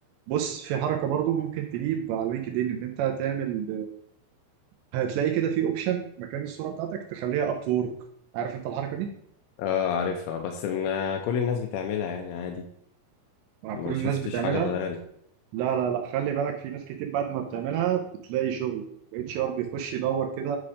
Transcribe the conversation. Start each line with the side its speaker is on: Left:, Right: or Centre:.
Right: بص في حركه برضو ممكن تجيب على لينكدين ان انت هتعمل هتلاقي كده في اوبشن مكان الصوره بتاعتك تخليها اب تو ورك عارف انت الحركه دي
Left: اه عارفها بس من كل الناس بتعملها يعني عادي
Right: مع
Left: ما
Right: كل
Left: شفتش
Right: الناس بتعملها
Left: حاجه اتغيرت
Right: لا لا لا خلي بالك في ناس كتير بعد ما بتعملها بتلاقي شغل اتش ار بيخش يدور كده